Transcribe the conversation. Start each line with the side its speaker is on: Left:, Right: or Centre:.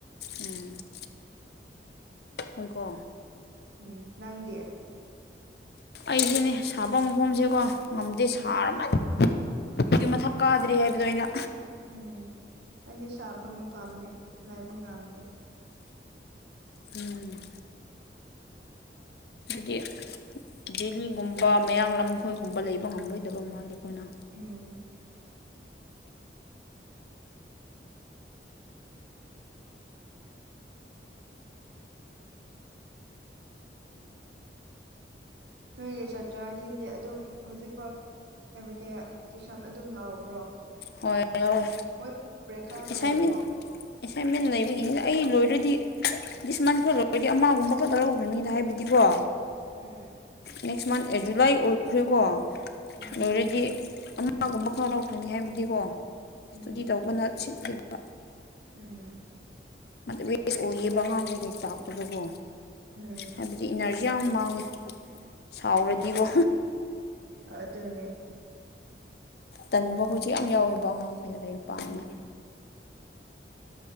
Left: ꯎꯝ <inaudible> ꯍꯣꯏꯀꯣ
Right: ꯎꯝ ꯅꯗꯦ
Left: ꯑꯩꯁꯤꯅꯦ ꯁꯥꯐꯝ ꯃꯐꯝꯁꯦꯀꯣ ꯉꯝꯗꯦ
Right: ꯎꯝ
Left: ꯁꯥꯔꯃ ꯑꯗꯨꯒꯤ ꯃꯊꯛ ꯀꯥꯗ꯭ꯔꯦ
Right: ꯁꯥ
Left: ꯍꯥꯏꯕꯗꯣ ꯑꯩꯅ
Right: ꯎꯝ ꯑꯩꯗꯤ ꯁꯥꯕ ꯄꯥꯝꯗꯦ ꯂꯥꯏꯕ ꯉꯥꯝꯗꯦ
Left: ꯎꯝ ꯑꯗꯨꯗꯤ ꯗꯦꯜꯂꯤꯒꯨꯝꯕ ꯃꯌꯥꯡꯂ ꯂꯝꯈꯣꯏꯒꯨꯝꯕ ꯂꯩꯕ ꯉꯝꯂꯣꯏꯗꯕ ꯃꯥꯜꯜꯂꯤ ꯀꯅꯥ
Right: ꯎꯝ ꯅꯣꯏꯒꯤ ꯁꯥꯇ꯭ꯔꯁꯤꯡꯗꯤ ꯑꯗꯨꯝ ꯍꯧꯖꯤꯛ ꯐꯥꯎ ꯍꯥꯏꯕꯗꯤ ꯇꯨꯏꯁꯟ ꯑꯗꯨꯝ ꯂꯥꯛꯕ꯭ꯔꯣ
Left: ꯍꯣꯏ ꯌꯥꯎꯋꯦ
Right: ꯃꯣꯏ ꯄꯦꯈꯥ
Left: ꯑꯦꯁꯥꯏꯟꯃꯦꯟ
Right: ꯂꯣꯏꯔꯔꯕꯣ
Left: ꯑꯦꯁꯥꯏꯟꯃꯦꯟ ꯂꯩꯕꯒꯤꯅꯤꯅ ꯑꯩ ꯂꯣꯏꯔꯗꯤ ꯁꯨꯃꯥꯟ ꯐꯗꯔꯗꯤ ꯑꯃꯒꯨꯝꯕꯒ ꯇꯔꯈ꯭ꯔꯅꯤꯅ ꯍꯥꯏꯕꯗꯤꯀꯣ
Right: ꯎꯝ
Left: ꯅꯦꯛꯁ ꯃꯟ ꯖꯨꯂꯥꯏ ꯑꯣꯏꯈ꯭ꯔꯦꯀꯣ
Right: ꯎꯝ
Left: ꯂꯔꯗꯤ ꯑꯃꯒꯨꯝꯕ ꯈꯛ ꯂꯧꯀꯅꯤ ꯍꯥꯏꯕꯗꯤꯀꯣ
Right: ꯎꯝ
Left: ꯏꯁꯇꯗꯤ ꯇꯧꯕꯅ ꯁꯤꯠꯈꯤꯕ
Right: ꯎꯝ
Left: ꯋꯦꯁ ꯑꯣꯏꯌꯦꯕ ꯑꯉꯥꯡꯈꯩꯗꯒꯤꯩ ꯇꯥꯛꯄꯗꯨꯒꯣ
Right: ꯎꯝ
Left: ꯍꯥꯏꯕꯗꯤ ꯏꯟꯅꯔꯖꯤ ꯌꯥꯝ ꯃꯥꯡꯉꯦ ꯁꯥꯎꯔꯗꯤꯕꯣ
Right: ꯑꯗꯨ ꯑꯗꯨꯅꯦ
Left: ꯇꯟꯕ ꯍꯧꯖꯤꯛ ꯌꯥꯝ ꯌꯥꯎꯋꯦꯕ ꯑꯉꯥꯡꯈꯣꯏꯗ ꯂꯔꯤꯛ ꯄꯥꯝꯉꯥꯏ
Right: ꯎꯝ